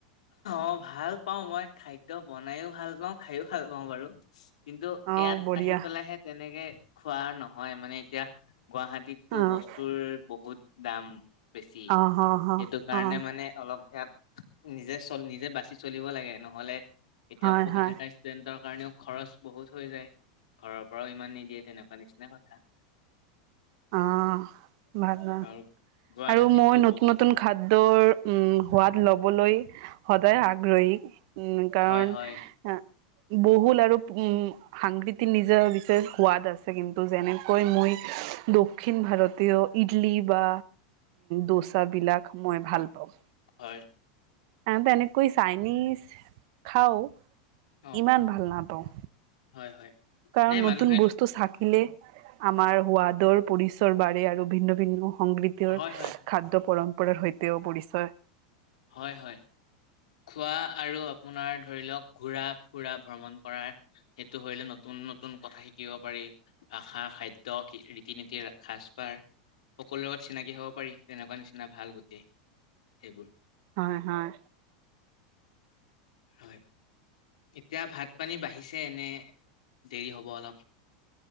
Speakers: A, on the left; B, on the right.
A: অ ভাল পাওঁ মই খাদ্য বনাইও ভাল পাওঁ খাই ও ভাল পাওঁ বাৰু কিন্তু
B: অহ
A: ইয়াত
B: বঢ়িয়া
A: আহি পেলাইহে তেনেকে খোৱা নহয় মানে এতিয়া গুৱাহাটীততো
B: অহ
A: বস্তুৰ বহুত দাম বেছি
B: অহ হ
A: সেইটো কাৰণে
B: হ অ
A: মানে অলপ ইয়াত নিজে চল নিজে বাচি চলিব লাগে নহ'লে এতিয়া
B: হয়
A: পঢ়ি
B: হয়
A: থকা ষ্টুডেণ্টক কাৰণেও খৰচ বহুত হৈ যায় ঘৰৰ পৰাও ইমান নিদিয়ে তেনেকুৱা নিচিনা কথা
B: অহ ভালে
A: আৰু গুৱাহাটীততো
B: আৰু মই নতুন
A: বস্তু
B: নতুন খাদ্যৰ উম সোৱাদ লবলৈ সদায় আগ্ৰহী উম কাৰণ
A: হয় হয়
B: অ বহুল আৰু উম সাংক্ৰীতি নিজৰ বিশেষ সোৱাদ আছে কিন্তু যেনেকৈ মই দক্ষিণ ভাৰতীয় ইডলি বা দোচাবিলাক মই
A: হয়
B: ভাল পাওঁ
A: হয়
B: আমিতো এনেকৈ চাইনিজ খাও
A: অ
B: ইমান ভাল নাপাওঁ।
A: হয় হয়
B: কাৰণ
A: নাই মানুহে
B: নতুন বস্তু শাক আমাৰ সোৱাদৰ পৰিচৰ বাৰে আৰু ভিন্ন ভিন্ন। সংগৃতৰ
A: হয় হয়
B: খাদ্য পৰম্পৰাৰ সৈতেও পৰিছে।
A: হয়, হয়, খোৱা আৰু আপোনাৰ ধৰি লওঁক। ঘূৰা ফুৰা ভ্ৰমণ কৰা, সেইটো হ'লে নতুন নতুন কথা শিকিব পাৰি, ভাষা খাদ্য, ৰীতি-নীতিৰ, সাজ-পাৰ সকলোৰে লগত চিনাকি হ'ব পাৰি। তেনেকুৱা নিচিনা ভাল গোটেই সেইবোৰৰ।
B: হয়, হয়।
A: হয়। এতিয়া, ভাত পানী বাঢ়িছে নে দেৰি হ'ব অলপ?